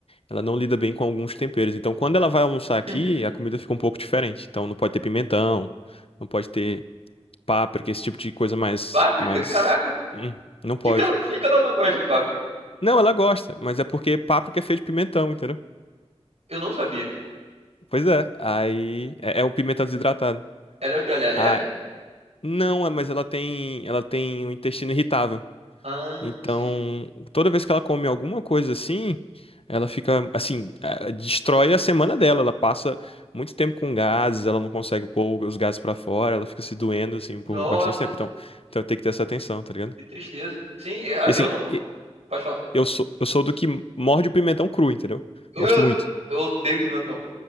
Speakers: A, on the left (about 60°); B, on the right (about 75°).
A: ela não lida bem com alguns temperos, então quando ela vai almoçar aqui,
B: <laughs>
A: a comida fica um pouco diferente, então não pode ter pimentão, não pode ter páprica, esse tipo de coisa mais,
B: Páprica?
A: mais,
B: Caraca,
A: hum,
B: por
A: não pode.
B: que que ela, por que que ela não gosta de páprica?
A: Não, ela gosta, mas é porque páprica é feito de pimentão, entendeu?
B: Eu não sabia.
A: Pois é, aí é, é o pimenta desidratado.
B: Ela é o que? Ela é alérgica?
A: Ah, não, é, mas ela tem, ela tem um intestino irritável.
B: Ah,
A: Então,
B: sim.
A: toda vez que ela come alguma coisa assim, ela fica assim, eh, destrói a semana dela. Ela passa muito tempo com gases, ela não consegue pôr os gases pra fora, ela fica se doendo assim por
B: Nossa,
A: bastante tempo. Então, então tem que ter essa atenção, tá ligado?
B: Que tristeza. Sim, é,
A: E assim,
B: eu não.
A: e-
B: Pode falar.
A: eu sou, eu sou do que morde o pimentão cru, entendeu?
B: Eu,
A: Gosto muito.
B: eu odeio pimentão.